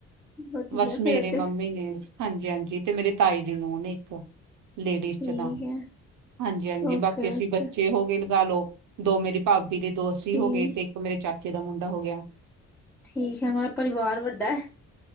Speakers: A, in the centre; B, on the right (about 80°).
A: ਵਧੀਆ
B: ਬਸ
A: ਫੇਰ
B: ਮੇਰੇ
A: ਤੇ
B: ਮੰਮੀ ਨੇ। ਹਾਂਜੀ-ਹਾਂਜੀ ਤੇ ਮੇਰੇ ਤਾਈ ਦੀ ਨੂੰਅ ਨੇ ਇੱਕ। ਲੇਡੀਜ਼
A: ਠੀਕ
B: ਚ ਤਾਂ,
A: ਹੈ
B: ਹਾਂਜੀ-ਹਾਂਜੀ
A: ਓਕੇ
B: ਬਾਕੀ ਅਸੀਂ
A: ਓਕੇ
B: ਬੱ ਹੋ ਗਏ ਲਗਾਲੋ ਦੋ ਮੇਰੀ ਭਾਬੀ ਦੇ ਦੋ ਅਸੀ
A: ਠੀਕ
B: ਹੋਗੇ ਤੇ ਇੱਕ ਮੇਰੇ ਚਾਚੇ ਦਾ ਮੁੰਡਾ ਹੋ ਗੇਆ।
A: ਠੀਕ ਐ ਮਹਾਂ ਪਰਿਵਾਰ ਵੱਡੈ,